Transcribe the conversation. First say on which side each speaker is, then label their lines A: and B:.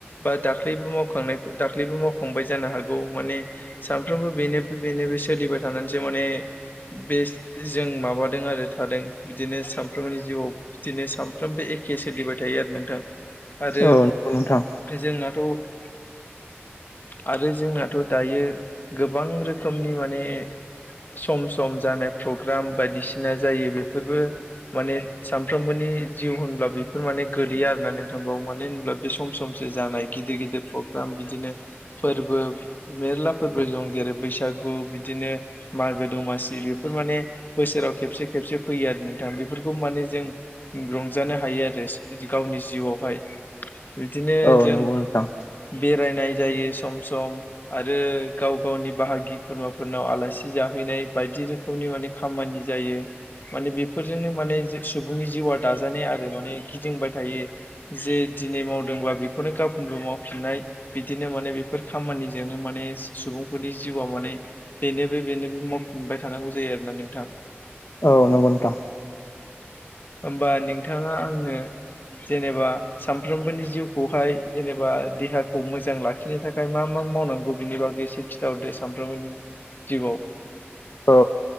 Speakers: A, on the left; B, on the left.
A: बा दाख्लैबो मावखांनायखौ दाख्लैबो मावखांबाय जानो हागौ माने सानफ्रोमबो बेनो बेनो बे सोलिबाय थानानैसो माने बे जों माबादों आरो थादों बिदिनो सानफ्रोमबोनि जिउआव बिदिनो सानफ्रोमबो एखे सोलिबाय थायो आरो नोंथां आरो
B: औ नंगौ नोंथां
A: जोंनाथ' औ आरो जोंनाथ' दायो गोबां रोखोमनि माने सम-सम सम जानाय प्रग्राम बायदिसिना जायो बेफोरबो माने सानफ्रोमबोनि जिउ होनब्ला बेफोर माने गोलैयो आरोना नोंथां बेवबो मानो होब्ला बे सम सम जानाय गिदिर गिदिर प्रग्राम बिदिनो फोरबो मेरला फोरबो दं जेरै बैसागो बिदिनो मागो दमासि बेफोर माने बोसोराव खेबसे खेबसे फैयो आरो नोंथां बेफोरखौ माने जों रंजानो हायो। गावनि जिउआवहाय बिदिनो
B: औ
A: जों
B: नंगौ नोंथां
A: बेरायनाय जायो सम सम आरो गाव गावनि बाहागि खुर्माफोरनाव आलासि जाहैनाय। बायदि रोखोमनि माने खामानि जायो। माने बेफोरजोंनो माने सुबुंनि जिउआ दाजानाय आरो माने गिदिंबाय थायो जे दिनै मावदोंबा बेखौनो गाबोनबो मावफिननाय बिदिनो माने बेफोर खामानिजोंनो माने सु-सु सुबुंफोरनि जिउआ माने बेनोबो बेनोबो मावफुंबाय थानांगौ जायो आरोना नोंथां।
B: औ नंगौ नोंथां।
A: होमबा नोंथाङा आंनो जेनेबा सानफ्रोमबोनि जिउ खौहाय जेनेबा देहाखौ मोजां लाखिनो थाखाय मा मा मावनांगौ बिनि बागै एसे खिथाहरदो साम नांगौनि जिउआव।
B: औ